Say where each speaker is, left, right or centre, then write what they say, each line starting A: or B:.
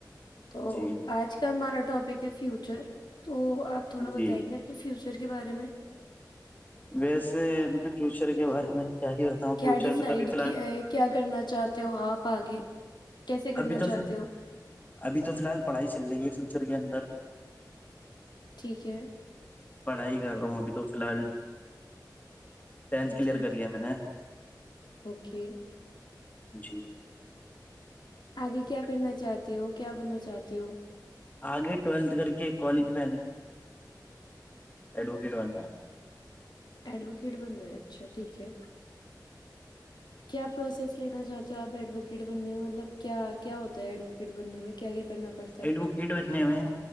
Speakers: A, on the left; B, on the left.
A: تو
B: جی
A: آج کا ہمارا ٹاپ فیوچر تو آپ تھوڑا
B: جی
A: بتائیں گے اپنے فیوچر سر کے بارے میں
B: ویسے میں نے فیوچر کے بارے میں کیا ہی بتاؤں
A: کیا
B: فیوچر
A: ڈسائڈ
B: میں تو ابھی فی الحال
A: کیا کیا کرنا چاہتے ہو آپ آگے کیسے کرنا
B: ابھی تو
A: چاہتے ہو
B: ابھی تو فی الحال پڑھائی چل رہی ہے فیوچر کے اندر
A: ٹھیک ہے
B: پڑھائی کر رہا ہوں ابھی تو فی الحال ٹینتھ کلیئر
A: ٹھیک
B: کری
A: ہے
B: میں نے
A: اوکے
B: جی
A: آگے کیا کرنا چاہتے ہو کیا بننا چاہتے ہو
B: آگے ٹویلتھ کر کے کالج میں اڈو پھروندا
A: ایڈوکیٹ بننا ہے اچھا ٹھیک ہے کیا پروسیس لینا چاہتے ہو آپ ایڈووکیٹ بننے میں مطلب کیا کیا ہوتا ہے ایڈووکیٹ بننے میں کیا کیا کرنا پڑتا ہے
B: ایڈ وکٹ بجنے میں